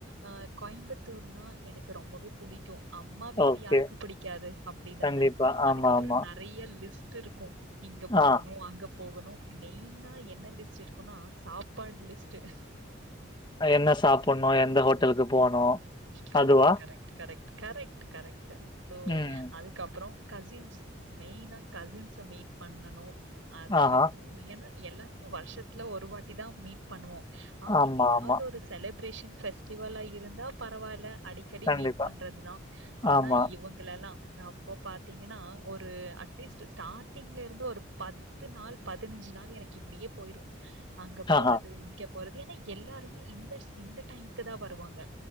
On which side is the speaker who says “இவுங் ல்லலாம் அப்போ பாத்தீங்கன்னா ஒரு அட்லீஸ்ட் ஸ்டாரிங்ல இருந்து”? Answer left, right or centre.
Right